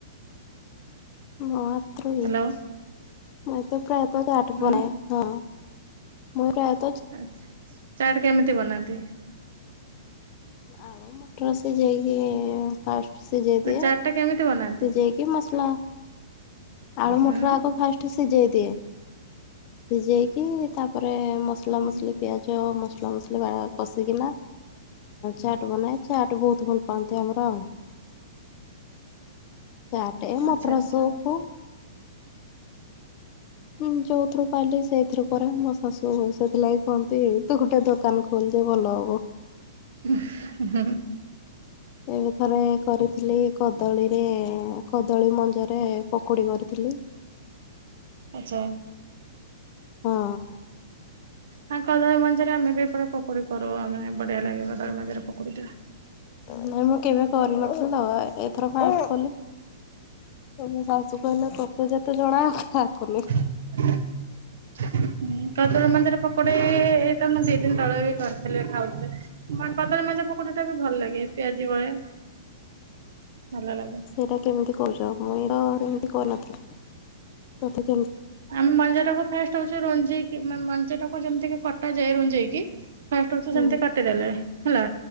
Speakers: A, on the left; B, on the right.
A: ମୋ ହାତରୁ କି?
B: ହ୍ୟାଲୋ।
A: ମୋ ହାତରୁ ପ୍ରାୟତଃ <unintelligible>
B: ହୁଁ
A: ବନାଏ ହଁ ମୁଁ କାଇଁ ଏତ
B: ଆଛା ଚାଟ କେମିତି ବନାନ୍ତି?
A: ଆଳୁ ମଟର ସିଝେଇକି ଫାଷ୍ଟ- ସିଝେଇ ଦିଏ।
B: ନା ଚାର୍ଟଟା କେମିତି ବନାନ୍ତି?
A: ସିଝେଇକି ମସଲା ଆଳୁ
B: ହୁଁ
A: ମଟର ଆଗ ଫାଷ୍ଟ ସିଝେଇ ଦିଏ ସିଝେଇକି ତାପରେ ମସଲା
B: ହୁଁ
A: ମସଲି ପିଆଜ ମସଲା ମସଲି ବା କସିକିନା ଚାର୍ଟ ବନାଏ ଚାର୍ଟ ବହୁତ ଭଲ ପାଆନ୍ତି ଆମର। ହଁ ଚାଟେ
B: ଆଚ୍ଛା
A: ମଟର
B: ଆଚ୍ଛା
A: ସୁପ
B: <inaudible>
A: ହଁ ଯୋଉଥିରୁ ପାଇଲିି ସେଇଥିରୁ କରେ ମୋ ଶାଶୁ ସେଥିଲାଗି କୁହନ୍ତି ତୁ ଗୋଟେ ଦୋକାନ ଖୋଲିଦେ ଭଲ ହବ।
B: ହୁଁ ହୁଁ ହୁଁ
A: ଏବେ ଥରେ କରିଥିଲି କଦଳୀରେ କଦଳୀ ମଞ୍ଜରେ ପକୁଡ଼ି କରିଥିଲି।
B: ଆଚ୍ଛା।
A: ହଁ।
B: ହା କଦଳୀ ମଞ୍ଜରେ ଆମେବି ଏପଟେ ପକୁଡି କରୁ ଆ ମାନେ ବଢିଆ ଲାଗେ କଦଳୀ ମଞରେ ପକୁଡି ଟା।
A: ନାଇଁ ମୁଁ କେବେ କରିନଥିଲି ତ ଏଇଥର ଫାଷ୍ଟ କଲି। ତମ ଶାଶୁ କହିଲେ ତୋତେ ଯେତେ ଜଣା କାହାକୁ ନାହିଁ।
B: <unintelligible> କଦଳୀ ମଞରେ ପକୁଡି ଏଇ ତ ମୁଁ ଦି ଦିନ ତଳେ ବି କରିଥିଲି ଖାଉଥିଲେ କଦଳୀ ମଞ ପକୁଡ଼ିଟା ବି ଭଲ ଲାଗେ ପିଆଜି ଭଳିଆ। ଭଲ ଲାଗେ।
A: ସେଇଟା କେମିତି କରୁଛ ମୁଇଁ ତ ଏମିତି କରିନଥିଲି ତ
B: ଆମେ ମଞ୍ଜି ଟାକୁ ଫାଷ୍ଟ ହଉଛୁ ରଞ୍ଜେଇିକି ମାନେ ମଞ୍ଜି ଟାକୁ ଯେମିତିକି କଟା ଯାଏ ରୁଞ୍ଜେକି ଫାଷ୍ଟ ହଉଛି ସେମିତି
A: ହୁଁ
B: କାଟିଦେଲେ ହେଲା